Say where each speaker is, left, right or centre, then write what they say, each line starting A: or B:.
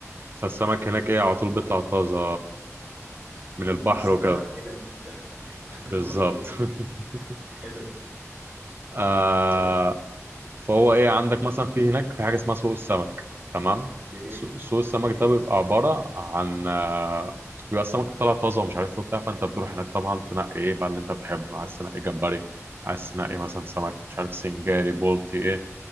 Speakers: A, on the right (about 45°); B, on the right (about 25°).
A: فالسمك هناك ايه على طول بيطلع طازه
B: من
A: من البحر
B: المصنع
A: وكده
B: الى المستهلك <laughs>
A: بالظبط
B: اوكي
A: <laughs>
B: حلو
A: آه
B: حلو
A: فهو ايه عندك مثلا في هناك في حاجه اسمها سوق السمك تمام
B: جميل
A: سو- سوق السمك
B: جميل
A: ده بيبقى عباره عن آه، بيبقى السمك طالع طازه ومش عارف ايه وبتاع فانت بتروح هناك طبعا تنقي ايه بقى اللي انت بتحبه عايز تنقي جمبري عايز تنقي مثلا سمك مش عارف سنجاري بولتي إيه،